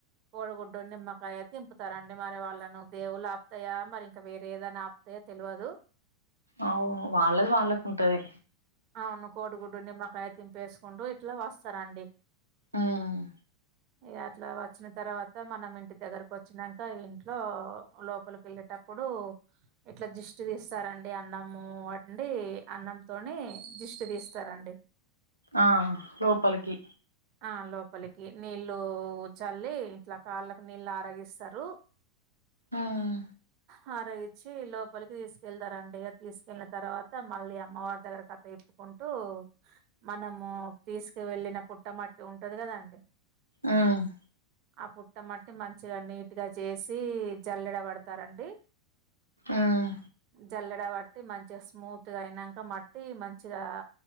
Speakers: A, on the right; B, on the right.
A: కోడిగుడ్డు నిమ్మకాయ తింపుతారండి మరి వాళ్ళ అలా నువ్వు దేవుళ్లు ఆపుతాయా మరి ఇంకా వేరే ఏదైనా ఆపుతాయా తెలవదు
B: అవును వాళ్ళది వాళ్ళకు ఉంటది
A: అవును కోడిగుడ్డు నిమ్మకాయ తింపేసుకుంటూ ఇట్లా వస్తారండి
B: ఆమ్
A: ఇక అట్లా వచ్చిన తర్వాత మనం ఇంటి దగ్గరకు వచ్చినాంక ఇంట్లో లోపల పిల్లట అప్పుడు ఇట్లా దిష్టి తీస్తారండి అన్నము వండి అన్నం తోని దిష్టి తీస్తారండి
B: ఆ లోపలికి
A: ఆ లోపలికి నీళ్ళు చల్లి ఇంట్లో కాళ్ళకి నీళ్ళు ఆరగిస్తారు
B: ఆమ్
A: హర ఇచ్చి లోపలికి తీసుకెళ్తారండి తీసుకెళ్ళిన తర్వాత మళ్ళీ అమ్మవారి దగ్గర కథ చెప్పుకు ఉంటూ మనము తీసుకు వెళ్ళినప్పుడు పుట్టమట్టి ఉంటది కదాండి
B: ఉమ్
A: ఆ పుట్ట మట్టి మంచిగా నీట్గా చేసి జలెడబడతారండి
B: ఆమ్
A: జల్లెడ బట్టి మంచిగా స్మూత్ గా అయినాక మట్టి మంచిగా